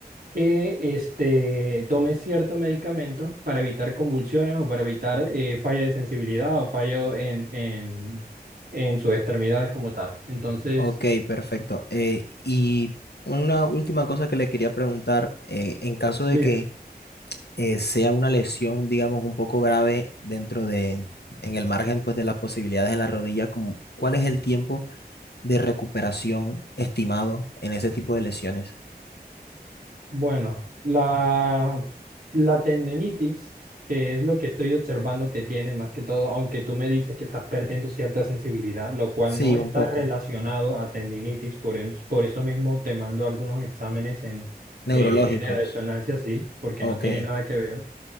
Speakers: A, on the right; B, on the left.
A: que este, tome cierto medicamento para evitar convulsiones o para evitar eh, falla de sensibilidad o fallo en, en, en sus
B: Ok.
A: extremidades como tal. Entonces,
B: ok, perfecto. Eh, y una última cosa que le quería preguntar, eh, en caso de
A: diga,
B: que eh, sea una lesión, digamos, un poco grave dentro de, en el margen, pues, de las posibilidades en la rodilla, como, ¿cuál es el tiempo de recuperación estimado en ese tipo de lesiones?
A: bueno, la, la tendinitis, que es lo que estoy observando que tiene más que todo, aunque tú me dices que estás perdiendo cierta sensibilidad, lo cual
B: Sí,
A: no está
B: un poco.
A: relacionado a tendinitis, por, es- por eso mismo te mando algunos exámenes en,
B: Neurológicos.
A: eh, de resonancia, sí, porque
B: Ok,
A: no tiene nada que ver.